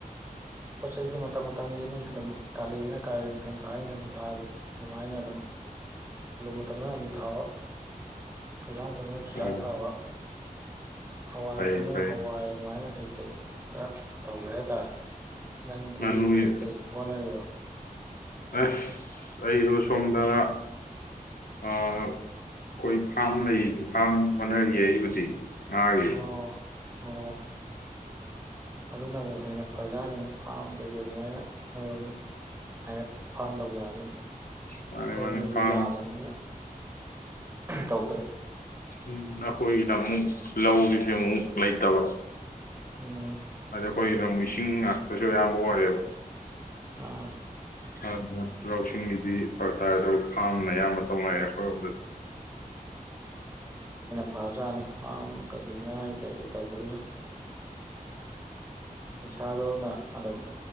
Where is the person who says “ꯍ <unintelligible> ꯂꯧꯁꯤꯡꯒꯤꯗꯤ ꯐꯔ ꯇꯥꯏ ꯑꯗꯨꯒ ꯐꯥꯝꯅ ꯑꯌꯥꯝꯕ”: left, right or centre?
Left